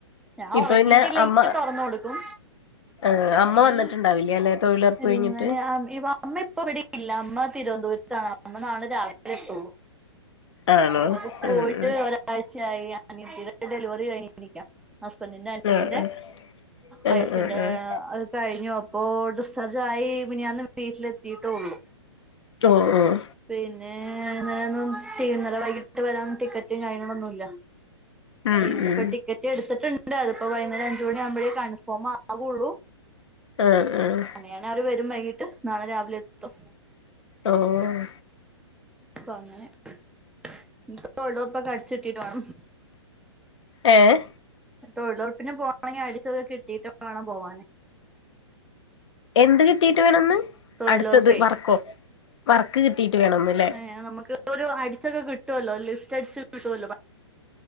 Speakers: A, in the centre; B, on the left.
A: ഞാൻ
B: ഇപ്പൊ
A: ഒറങ്ങിട്ടില്ലെങ്കി
B: പിന്നെ അമ്മ
A: തൊറന്ന് കൊട്ക്കും
B: ആഹ്
A: അല്ലെങ്കിൽ
B: അമ്മ വന്നിട്ടുണ്ടാവില്ലേ അല്ലെ തൊഴിലുറപ്പ്
A: പിന്നെ
B: കഴിഞ്ഞിട്ട്
A: <unintelligible> അമ്മപ്പിവിടില്ല അമ്മ തിരുവന്തപുരത്താണ് അമ്മ നാളെ രാവിലെ വരുത്തുള്ളൂ
B: ആണോ
A: അമ്മ
B: ഉം
A: പോയിട്ട്
B: ഉം
A: ഒരാഴ്ചയായി അനിയത്തിടെ ഡെലിവറി കഴിഞ് ല്ല ഹസ്ബൻ്റിന്റെ അനിയന്റെ
B: ആഹ് ആഹ്
A: വൈഫിന്റെ
B: ആഹ് ആഹ് ആഹ്
A: കഴിഞ്ഞു അപ്പോ ഡിസ്ചാർജ് ആയി മിനിഞ്ഞാന്ന് വീട്ടിലെത്തിട്ടെള്ളു
B: ആഹ് ആഹ്
A: പിന്നേ ഇന്നലൊന്നും <unintelligible> വൈകിട്ട് വരാൻ ടിക്കറ്റും കാര്യങ്ങളൊന്നുംല്ല
B: ഉം
A: ഇന്ന്പ്പോ
B: ഉം
A: ടിക്കറ്റെട്ത്തിട്ട്ണ്ട് അത്പ്പോ വൈന്നേരഞ്ച് മണി ആവുമ്പഴേ കൺഫോമാവുള്ളു
B: ആഹ് ആഹ്
A: നാണേ അവര് വരും വൈകിട്ട് നാളെ രാവിലെത്തും
B: ആഹ്
A: പ്പ അങ്ങനെ <unintelligible> കാണും
B: ഏഹ്
A: തൊഴിലുറപ്പിന് പോണെങ്കി അടിച്ചത് കിട്ടിട്ട് വേണം പോവാന്
B: എന്ത് കിട്ടിട്ട് വേണന്ന്
A: തൊഴിലുറപ്പേ
B: അട്ത്തത് വർക്കോ വർക്ക് കിട്ടിട്ട് വേണന്ന്ല്ലേ
A: ആഹ് നമുക്ക്‌ ഒരു അടിച്ചൊക്കെ കിട്ടുല്ലോ ലിസ്റ്റടിച്ച് കിട്ടുല്ലോ